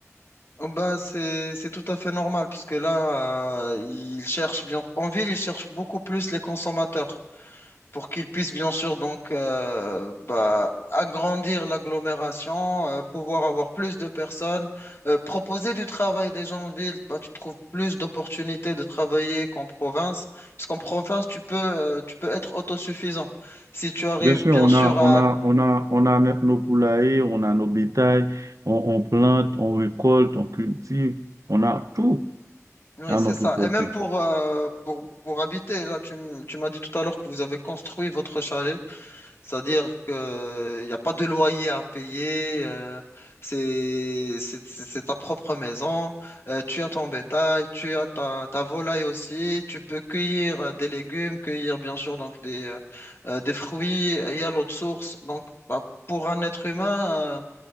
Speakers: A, on the left; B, on the right.
A: Oh, Bah, c'est, c'est tout à fait normal, puisque là, euh, ils cherchent bien. En ville, ils cherchent beaucoup plus les consommateurs. pour qu'ils puissent bien sûr donc euh, bah, agrandir l'agglomération, euh, pouvoir avoir plus de personnes, euh, proposer du travail des gens en ville. Bah, tu trouves plus d'opportunités de travailler qu'en province, puisqu'en province, tu peux, euh, tu peux être autosuffisant. Si tu arrives
B: Bien sûr,
A: bien
B: on
A: sûr
B: a,
A: à...
B: on a, on a, on a no- nos poulaillers, on a nos bétails, on, on plante, on récolte, on cultive, on a tout
A: Oui,
B: à
A: c'est
B: notre
A: ça.
B: portée.
A: Et même pour, euh, pour, pour habiter, là, tu, m- tu m'as dit tout à l'heure que vous avez construit votre chalet. C'est-à-dire qu'il n'y a pas de loyer à payer, euh, c'est c'est- c'est- c'est ta propre maison, euh, tu as ton bétail, tu as ta, ta volaille aussi, tu peux cueillir euh, des légumes, cueillir bien sûr donc des, euh, euh, des fruits, il y a l'eau de source. Donc bah, pour un être humain,